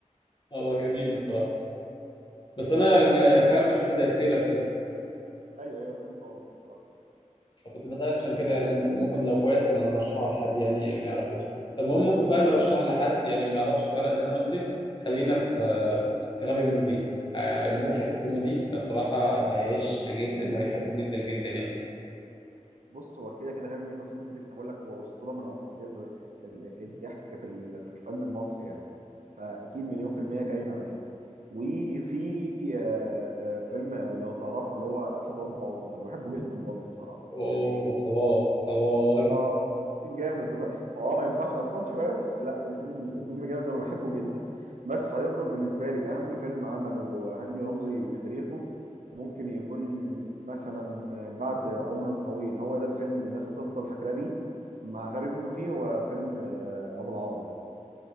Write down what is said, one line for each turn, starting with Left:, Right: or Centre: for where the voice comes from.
Left: <laughs> هو جميل بصراحة بس أنا م- فاهم شفت زي التيلر كده
Right: ايوه ايوه فهمت قصدك اه
Left: فكنت بسألك عشان كده يعني ممكن ممكن لو كويس كنا نرشحه لحد يعني ما يعرفوش فالمهم ممكن بقى نرشحه لحد يعني ما يعرفش فعلا هاني رمزي خلينا في في غبي منه فيه آه، مضحك وكوميدي فبصراحة هيعيش
Right: ب...
Left: جدا وهيحبه جدا جدا يعني
Right: بص هو كده كده غبي منه فيه كنت لسه بقول لك هو اسطوره من اساطير ال- الضحك في ال- في الفن المصري يعني فاكيد مليون في الميه جاي معايا وفي آه، آه، فيلم لو تعرفه اللي هو اسد اربع قطط انا بحبه جدا برضه بصراحه
Left: اوه
Right: يعني
Left: حوار حوار
Right: اه جامد بصراحه هو اه ما ينفعش اطفال شويه بس لا الفيلم الفيلم جامد وانا بحبه جدا بس هيفضل بالنسبه لي اهم فيلم عمله هاني رمزي في تاريخه وممكن يكون مثلا بعد عمر طويل هو ده الفيلم اللي الناس هتفضل فاكراه بيه مع غبي منه فيه هو فيلم آه، ابو العربي